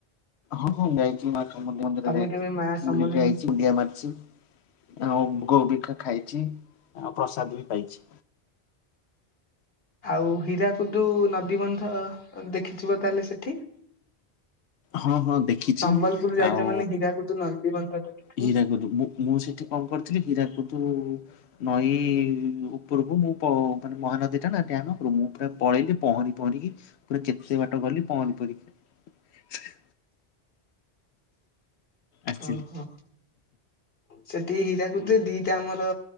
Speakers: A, on the left; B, on the left.
A: ହଁ ହଁ ମୁଁ ଯାଇଛି। ମାଙ୍କ ମନ୍ଦିର ମୁଁ ଯେତେବେଳେ
B: ତମେ
A: ଯାଏ
B: କେବେ ମା ସମଲେଇ
A: ବୁଲିକି ଯାଇଛି
B: ମନ୍ଦି
A: ମୁଣ୍ଡିଆ ମାରିଛି ଆଉ ଗୋବିକା ଖାଇଛି ଆଉ ପ୍ରସାଦ ବି ପାଇଛି।
B: ଆଉ ହୀରାକୁଦୁ ନଦୀବନ୍ଧ ଦେଖିଥିବ ତାହେଲେ ସେଠି?
A: ହଁ ହଁ ଦେଖିଛି।
B: ସମ୍ବଲପୁର ଯାଇଛ
A: ଆଉ
B: ମାନେ ହୀରାକୁଦୁ ନଦୀବନ୍ଧ ଦେଖିଥି
A: ହୀରାକୁଦୁ ମୁଁ ମୁଁ ସେଠି କଣ କରିଥିଲି ହୀରାକୁଦୁ ନଈ ଉପରକୁ ମୁଁ ପ ମାନେ ମହାନଦୀ ଟା ନା ଡ୍ୟାମ୍ ଉପରକୁ ମୁଁ ପୁରା ପଳେଇଲି ପହଁରି ପହଁରିକି ପୁରା ଯେତେ ବାଟ ଗଲି ପହଁରି ପହଁରିକି। ଆସିଲି
B: ଓ ହୋ। ସେଠି ହୀରାକୁଦୁରେ ଦି ଟା ଆମର